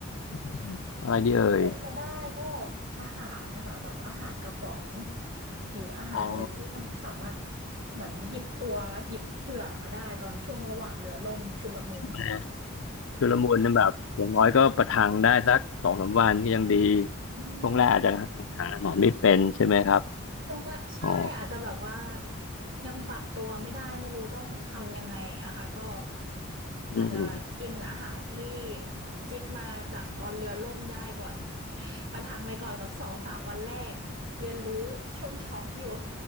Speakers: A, on the left; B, on the right.
A: อมอะไรดีเอ่ย
B: ถ้าเป็นไปได้ก็อาหารนะคะแบบอาหารกระป๋องหรืออาหารอะไรที่มันสามารถ
A: อ๋อ
B: เหมือนหยิบตัวหยิบเผื่อมาได้ตอนช่วงระหว่างเรือล่มชุลมุน
A: แหมชุลมุนนั่นแบบอย่างน้อยก็ประทังได้สักสองสามวันก็ยังดี
B: อืม
A: ช่วงแรกอาจจะหาอาหารไม่เป็นใช่ไหมครับ
B: ช่วงแรกใช่อาจจะแบบว่า
A: อ๋อ
B: ยังปรับตัวไม่ได้ไม่รู้ต้องทำยังไงอะค่ะก็
A: อืม
B: อาจจะกินอาหารที่จิกมาจากตอนเรือล่มได้ก่อน <laughs> ประทังไปก่อนสักสองสามวันแรกเรียนรู้ช่วงช็อกอยู่